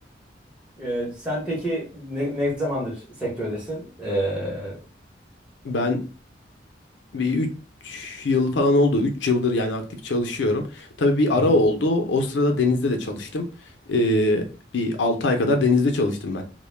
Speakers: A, in the centre; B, on the left.
A: Ee, sen peki ne, ne zamandır sektördesin? Ee,
B: ben bir 3 yıl falan oldu. üç yıldır yani aktif çalışıyorum. Tabii bir
A: Hı
B: ara oldu. O sırada denizde de çalıştım. Ee, bir 6 ay kadar denizde çalıştım ben.